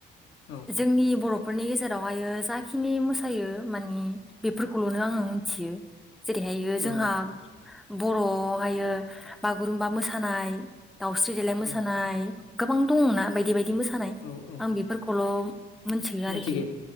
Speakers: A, on the left; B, in the centre.
A: औ
B: जोंनि बर'फोरनि गेजेरावहायो जाखिनि मोस मोसायो मानि बेफोरखौल'नो आङो मिथियो जेरैहायो
A: औ
B: जोंहा बर'आवहायो बागुरुमबा मोसानाय दाउस्रि देलाय मोसानाय
A: औ
B: गोबां दङना बायदि बायदि मोसानाय
A: औ औ
B: आं बेफोरखौल' मिथियो आरोखि
A: मिथिगो